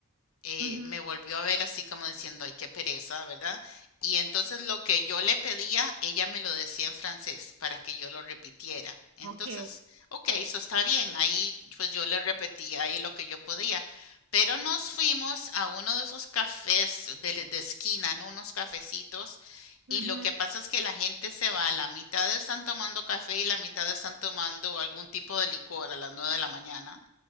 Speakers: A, on the left; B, on the right.
A: eh,
B: Ujú,
A: me volvió a ver así como diciendo, ay, qué pereza, ¿verdad? Y entonces lo que yo le pedía, ella me lo decía en francés para que yo lo repitiera. Entonces,
B: Ok.
A: ok, eso está bien. Ahí pues yo le repetía ahí lo que yo podía. Pero nos fuimos a uno de esos cafés de, de esquina, ¿no? Unos cafecitos.
B: ujú,
A: Y lo que pasa es que la gente se va, la mitad están tomando café y la mitad están tomando algún tipo de licor a las nueve de la mañana